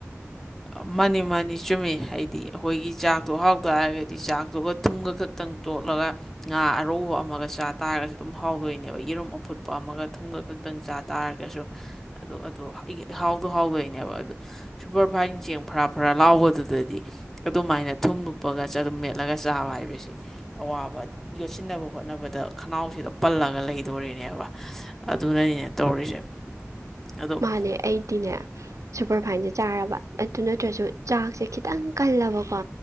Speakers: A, in the centre; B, on the right (about 85°).
A: ꯃꯥꯅꯤ ꯃꯥꯅꯤ ꯆꯨꯝꯃꯤ ꯍꯥꯏꯗꯤ ꯑꯩꯈꯣꯏꯒꯤ ꯆꯥꯛꯇꯣ ꯍꯥꯎꯇꯥꯔꯒꯗꯤ ꯆꯥꯛꯇꯨꯒ ꯊꯨꯝꯒ ꯈꯛꯇꯪ ꯇꯣꯠꯂꯒ ꯉꯥ ꯑꯔꯧꯕ ꯑꯃꯒ ꯆꯥ ꯇꯥꯔꯒꯁꯨ ꯑꯗꯨꯝ ꯍꯥꯎꯗꯣꯏꯅꯦꯕ ꯌꯦꯔꯨꯝ ꯑꯐꯨꯠꯄ ꯑꯃꯒ ꯊꯨꯝꯒ ꯈꯛꯇꯪ ꯆꯥ ꯇꯥꯔꯒꯁꯨ ꯑꯗꯨ ꯑꯗꯨ ꯍꯥꯎꯗꯣ ꯍꯥꯎꯗꯣꯏꯅꯦꯕ ꯑꯗꯨ ꯁꯨꯄꯔꯚꯥꯏꯟ ꯆꯦꯡ ꯐꯔꯥ ꯐꯔꯥ ꯂꯥꯎꯕꯗꯨꯗꯗꯤ ꯑꯗꯨꯃꯥꯏꯅ ꯊꯨꯝ ꯂꯨꯞꯄꯒ ꯆꯗꯨꯝ ꯃꯦꯠꯂꯒ ꯆꯥꯕ ꯍꯥꯏꯕꯁꯦ ꯑꯋꯥꯕ ꯌꯣꯠꯁꯤꯟꯅꯕ ꯍꯣꯠꯅꯕꯗ ꯈꯅꯥꯎꯁꯤꯗꯣ ꯄꯜꯂꯒ ꯂꯩꯗꯣꯔꯤꯅꯦꯕ ꯑꯗꯨꯅꯅꯤꯅꯦ ꯇꯧꯔꯤꯁꯦ ꯑꯗꯣ
B: ꯃꯥꯅꯦ ꯑꯩꯗꯤꯅꯦ ꯁꯨꯄꯔ ꯐꯥꯏ꯭ꯟꯁꯦ ꯆꯥꯔꯕ ꯑꯗꯨ ꯅꯠꯇ꯭ꯔꯁꯨ ꯆꯥꯛꯁꯦ ꯈꯤꯇꯪ ꯀꯜꯂꯕꯀꯣ